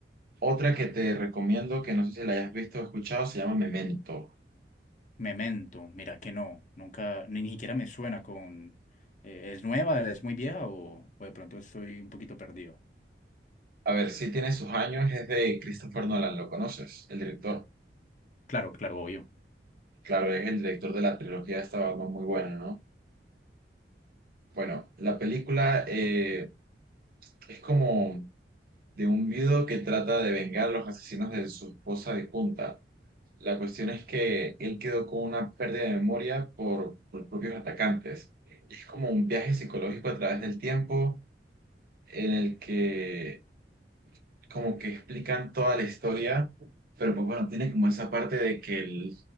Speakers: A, on the right; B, on the left.
A: Otra que te recomiendo que no sé si la hayas visto o escuchado se llama Memento.
B: Memento, mira que no, nunca, ni, ni siquiera me suena con... eh, ¿es nueva, es muy vieja o, o de pronto estoy un poquito perdido?
A: A ver, si tiene sus años, es de Christopher Nolan, ¿lo conoces? El director.
B: Claro, claro, obvio.
A: Claro, es el director de la trilogía de esta Batman muy buena, ¿no? Bueno, la película eh, es como de un viudo que trata de vengar a los asesinos de su esposa difunta. La cuestión es que él quedó con una pérdida de memoria por, por los propios atacantes. Es como un viaje psicológico a través del tiempo en el que como que explican toda la historia, pero pues bueno, tiene como esa parte de que el,